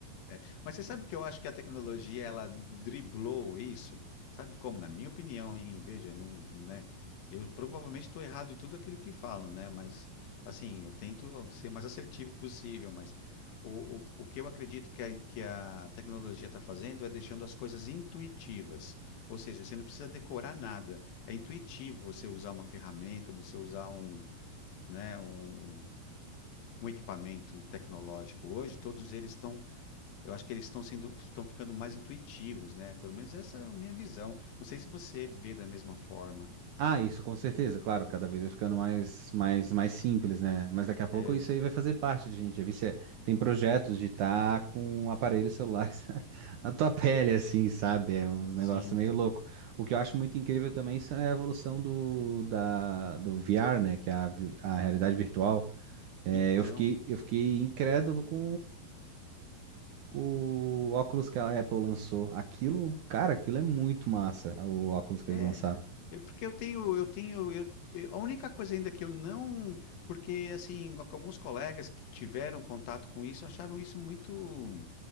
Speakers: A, on the left (about 75°); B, on the right (about 70°).
A: é, Mas você sabe que eu acho que a tecnologia ela driblou isso? Sabe como? Na minha opinião, hein? Veja, eu não, né? Eu provavelmente estou errado em tudo aquilo que falo, né? Mas assim, eu tento ser mais assertivo possível. Mas o, o, o que eu acredito que a, que a tecnologia está fazendo é deixando as coisas intuitivas. Ou seja, você não precisa decorar nada. É intuitivo você usar uma ferramenta, você usar um, né? Um um equipamento tecnológico hoje, todos eles estão, eu acho que eles estão sendo, estão ficando mais intuitivos, né? Pelo menos essa é a minha visão. Não sei se você vê da mesma forma.
B: Ah, isso com certeza, claro, cada vez vai ficando mais, mais, mais simples, né? Mas daqui a pouco
A: É,
B: isso aí vai fazer parte de gente. Já vi se é- tem projetos de estar com aparelhos celulares <laughs> na tua pele, assim, sabe? É uns negócios
A: sim.
B: meio louco. O que eu acho muito incrível também isso é a evolução do, da, do VR, né? Que é a, vi- a realidade virtual. É,
A: Então,
B: eu fiquei, eu fiquei incrédulo com o óculos que a Apple lançou. Aquilo, cara, aquilo é muito massa, o óculos que
A: é,
B: eles lançaram.
A: é porque eu tenho, eu tenho, eu, eu- a única coisa ainda que eu não, porque assim, alguns colegas que tiveram contato com isso acharam isso muito